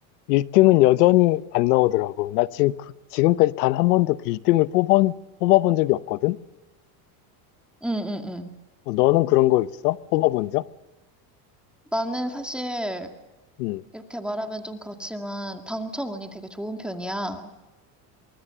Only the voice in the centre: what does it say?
응, 응, 응.
나는 사실,
이렇게 말하면 좀 그렇지만, 당첨운이 되게 좋은 편이야.